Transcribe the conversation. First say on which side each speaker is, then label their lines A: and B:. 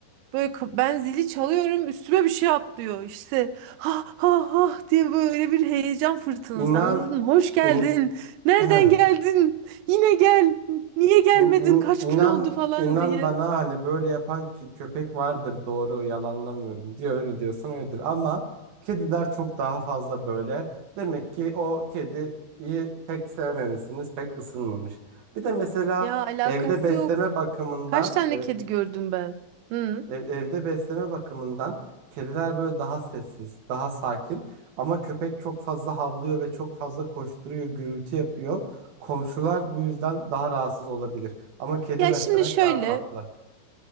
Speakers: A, on the right; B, on the right.
A: Böyle ka- ben zili çalıyorum üstüme bir şey atlıyor işte ha ha ha diye böyle bir heyecan fırtınası
B: İnan
A: anladın mı? Hoş geldin
B: in,
A: nereden
B: <sighs>
A: geldin yine gel niye gelmedin
B: in- in-
A: kaç
B: inan
A: gün oldu falan
B: inan
A: diye.
B: bana hani böyle yapan ki köpek vardır doğru yalanlamıyorum diyor öyle diyorsan öyledir ama kediler çok daha fazla böyle. Demek ki o kediyi pek sevmemişsiniz, pek ısınmamış. Bir de mesela
A: Ya alakası
B: evde besleme
A: yok.
B: bakımından
A: Kaç tane
B: e,
A: kedi gördüm ben? Hı.
B: Ev- evde besleme bakımından kediler böyle daha sessiz, daha sakin. Ama köpek çok fazla havlıyor ve çok fazla koşturuyor, gürültü yapıyor. Komşular bu yüzden daha rahatsız olabilir. Ama kedi
A: Ya
B: beslemek
A: şimdi şöyle
B: daha tatlı.